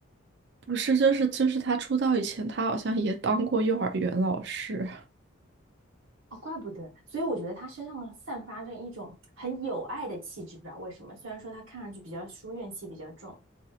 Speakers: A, on the right (about 55°); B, on the right (about 80°).
A: 不是，就是就是他出道以前，他好像也当过幼儿园老师。
B: 哦，怪不得。所以我觉得他身上散发着一种很有爱的气质，不知道为什么。虽然说他看上去比较书怨气比较重，